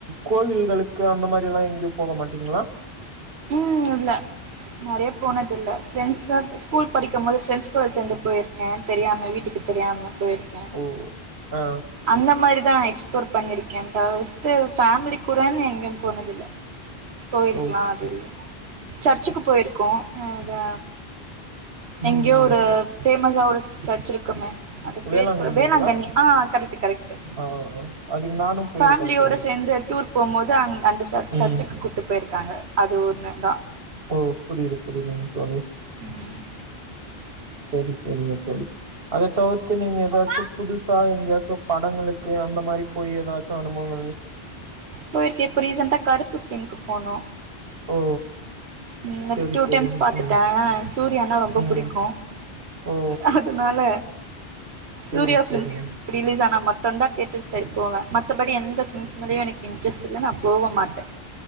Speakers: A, on the right; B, on the right.
A: கோவில்களுக்கு அந்த மாரி எல்லா எங்கயு போக மாட்டீங்களா
B: ம் இல்ல நெறைய போனது இல்ல ஃப்ரெண்ட்ஸ் சா ஸ்கூல் படிக்குபோது ஃப்ரெண்டஸ் கூட சேர்ந்து போயிருக்கே தெரியாம வீட்டுக்கு தெரியாம போயிருக்க
A: ஓ ஆ
B: அந்த மாரி தா எக்ஸ்ப்ளோர் பண்ணியிருக்கே தவிர்த்து ஃபேமிலி கூடன்னு எங்கயு போனது இல்ல போயிருக்கலா
A: ஓ
B: அது இல்ல சர்ச்சுக்கு போயிருக்கோ ம் அதா
A: ம்
B: எங்கயோ
A: ம்
B: ஒரு பேஃமஸா ஒரு சர்ச் இருக்குமே அது பேரு
A: வேளாங்கண்ணிங்களா
B: கூட வேளாங்கண்ணி ஆ கரெக்ட்டு கரெக்ட்டு
A: ஆ அதுக்கு நானு போயிருக்கே
B: ஃபேமிலியோட
A: தோழி
B: சேர்ந்து டூர் போம்போது அங்க அந்த ச
A: ம்
B: சர்ச்சுக்கு கூட்டு போயிருக்காங்க அது ஒண்ணு தா
A: ஓ புரியுது புரியுதுங் தோழி
B: ம்
A: செரி செரிங்க தோழி அத தவிர்த்து நீங்க ஏதாச்சு புதுசா எங்கேயாச்சு படங்களுக்கு அந்த மாரி போயி ஏதாச்சு அனுபங்கள்
B: போயிருக்கு இப்ப ரிசன்டா கருப்பு பிலிம் க்கு போனோ
A: ஓ
B: ம்
A: செரி
B: அது டூ
A: செரிங்க
B: டைம்ஸ் பாத்துட்ட
A: தோழி
B: ஆ சூர்யானா ரொம்ப
A: ம்
B: புடிக்கு
A: ஓ
B: அ துனால
A: செரி
B: சூர்யா
A: செரிங்க
B: பிலிம்ஸ் ரிலீஸ் ஆன மட் டுந்த நா தேட்டர் சைடு போவ மத்தபடி எந்த ஃபிலிம்ஸ்லேயு எனக்கு இன்டரஸ்ட் இல்ல நான் போகவு மாட்ட